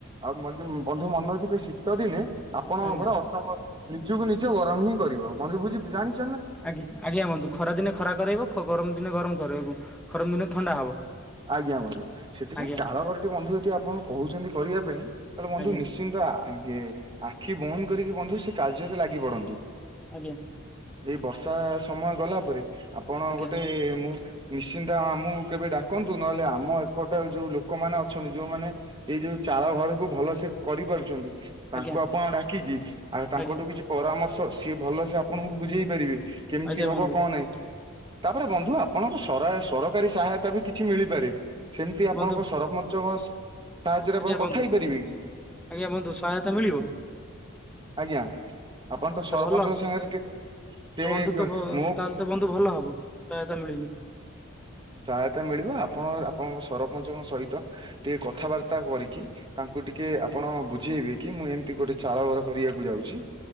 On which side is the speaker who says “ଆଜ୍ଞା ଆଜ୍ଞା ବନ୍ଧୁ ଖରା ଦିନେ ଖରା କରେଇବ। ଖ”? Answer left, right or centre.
Centre